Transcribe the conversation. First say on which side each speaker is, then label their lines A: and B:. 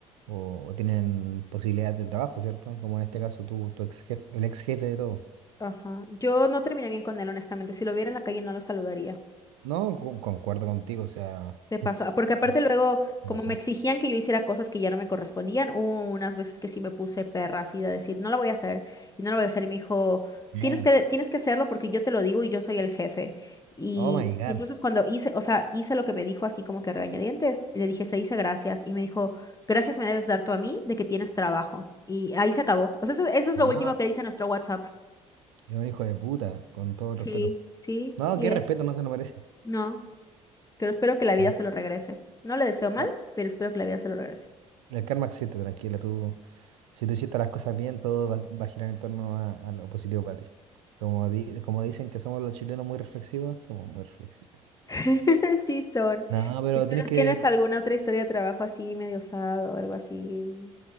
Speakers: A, on the right (about 75°); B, on the left (about 20°).
A: o- o tienen posibilidades de trabajo, ¿cierto? Como en este caso tu, tu ex jefe, el ex jefe de todo.
B: Ajá. Yo no terminé bien con él, honestamente. Si lo viera en la calle, no lo saludaría.
A: No, con- concuerdo contigo, o sea,
B: De paso. ah, Porque aparte
A: eh,
B: luego,
A: ¿qué
B: como
A: pasó.
B: me exigían que yo hiciera cosas que ya no me correspondían, hubo unas veces que sí me puse perra así de decir, no la voy a hacer, y no la voy a hacer. Y me dijo,
A: Bien.
B: tienes que, tienes que hacerlo porque yo te lo digo y yo soy el jefe. Y,
A: Oh my God.
B: y entonces cuando hice, o sea, hice lo que me dijo así como que a regañadientes, le dije, se dice gracias. Y me dijo, gracias me debes dar tú a mí de que tienes trabajo. Y ahí se acabó. O sea, eso, eso es
A: Ah,
B: lo último que dice nuestro WhatsApp.
A: Es un hijo de puta, con todo el
B: Sí,
A: respeto.
B: sí,
A: No,
B: sí
A: qué
B: es.
A: respeto, no se nos parece.
B: No. pero espero que la vida
A: ah,
B: se lo regrese. No le deseo mal,
A: Ah,
B: pero espero que la vida se lo regrese.
A: El karma existe, tranquila. Tú, si tú hiciste las cosas bien, todo va, va a girar en torno a, a lo positivo para ti. Como, di- como dicen que somos los chilenos muy reflexivos, somos muy reflexivos.
B: <laughs> Sí son.
A: No, pero
B: ¿Y tú
A: tenés
B: no
A: que.
B: tienes alguna otra historia de trabajo así, medio osado o algo así?